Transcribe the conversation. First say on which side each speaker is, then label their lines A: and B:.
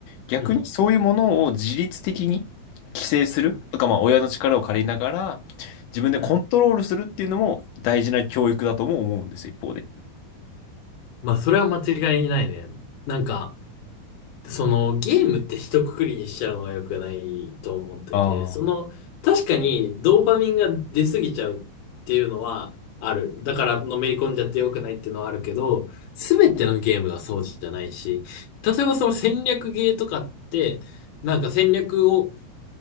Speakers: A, on the left; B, on the left.
A: 逆にそういうものを自律的に規制するとか、
B: うん、うん。
A: まあ親の力を借りながら自分でコントロールするっていうのも大事な教育だとも思うんですよ、
B: うん
A: 一方で。
B: まあそれは間違いないね。なんか、そのゲームって一括りにしちゃうのが良くないと思ってて、
A: ああ、
B: その確かにドーパミンが出過ぎちゃうっていうのはある。だからのめり込んじゃって良くないっていうのはあるけど、すべてのゲームがそうじゃないし、例えばその戦略ゲーとかって、なんか戦略を